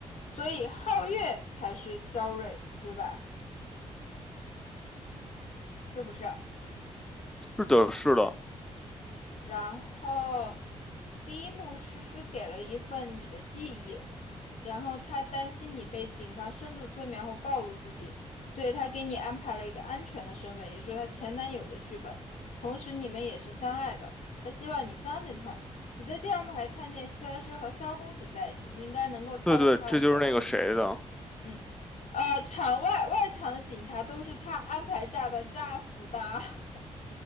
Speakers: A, on the left (about 65°); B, in the centre.
A: 所以皓月才是萧睿，对吧？是不是？
B: 是的，是的，
A: 然后第一幕诗诗给了一份你的记忆，然后他担心你被警方深度催眠后暴露自己，所以他给你安排了一个安全的身份，也就是她前男友的剧本。同时你们也是相爱的，他希望你相信他。你在第二幕还看见希尔师和萧公子在一起，你应该能够猜到他和希尔，
B: 对对，这就是那个谁的。
A: 嗯，呃，场外外场的警察都是他安排炸弹炸死的。<laughs>